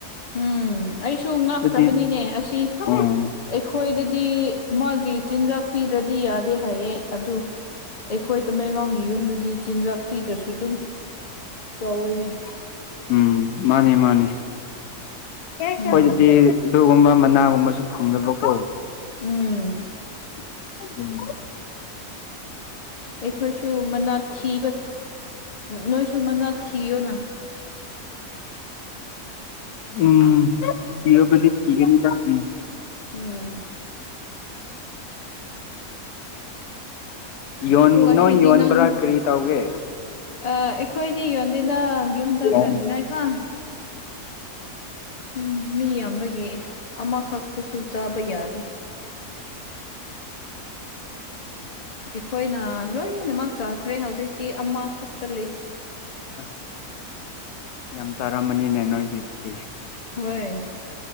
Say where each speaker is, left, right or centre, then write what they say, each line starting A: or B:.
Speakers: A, on the left (about 60°); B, on the left (about 80°).
A: ꯎꯝ ꯑꯩꯁꯨ ꯉꯛꯈ꯭ꯔꯕꯅꯤꯅꯦ
B: ꯑꯗꯨꯗꯤ
A: ꯑꯁꯤ
B: ꯎꯝ
A: ꯑꯩꯈꯣꯏꯗꯗꯤ ꯃꯥꯒꯤ ꯆꯤꯟꯖꯥꯛ ꯄꯤꯗ꯭ꯔꯗꯤ ꯌꯥꯗꯦ ꯍꯥꯏꯌꯦ ꯑꯗꯨ ꯑꯩꯈꯣꯏ ꯇꯃꯦꯡꯂꯣꯡꯒꯤ ꯌꯨꯝꯗꯗꯤ ꯆꯤꯟꯖꯥꯛ ꯄꯤꯗ꯭ꯔꯁꯨ ꯑꯗꯨꯝ ꯆꯥꯎꯋꯤꯅꯦ
B: ꯎꯝ ꯃꯥꯅꯦ ꯃꯥꯅꯦ ꯑꯩꯈꯣꯏ
A: ꯎꯝ
B: ꯑꯗꯨꯗꯤ ꯒꯨꯝꯕ ꯃꯅꯥꯒꯨꯝꯕꯁꯨ ꯐꯪꯗꯕꯀꯣ
A: ꯎꯝ
B: ꯎꯝ
A: ꯑꯩꯈꯣꯏꯁꯨ ꯃꯅꯥꯠ ꯊꯤꯕ ꯅꯣꯏꯁꯨ ꯃꯅꯥꯠ ꯊꯤꯌꯣꯅ
B: ꯎꯝ <unintelligible>
A: <inaudible>
B: ꯌꯣꯟ
A: ꯑꯗꯣ ꯉꯁꯤꯗꯤ
B: ꯅꯣꯏ ꯌꯣꯟꯕ꯭ꯔꯥ
A: ꯅꯪ
B: ꯀꯔꯤ ꯇꯧꯒꯦ
A: ꯑꯩꯈꯣꯏꯗꯤ ꯌꯣꯟꯗꯦꯗ ꯌꯨꯝꯗ
B: ꯎꯝ
A: ꯆꯅꯤꯡꯉꯥꯏꯀꯣ ꯎꯝ ꯃꯤ ꯌꯥꯝꯕꯒꯤ ꯑꯃꯥ ꯈꯛꯇꯁꯨ ꯆꯥꯕ ꯌꯥꯗ ꯑꯩꯈꯣꯏꯅ ꯂꯣꯏꯅꯃꯛ ꯆꯥꯈ꯭ꯔꯦ ꯍꯧꯖꯤꯛ ꯑꯃ ꯈꯛꯇ ꯂꯩ
B: ꯑꯁ ꯌꯥꯝ ꯆꯥꯔꯝꯃꯅꯤꯅꯦ ꯅꯣꯏꯗꯤ ꯑꯗꯨꯗꯤ
A: ꯍꯣꯏ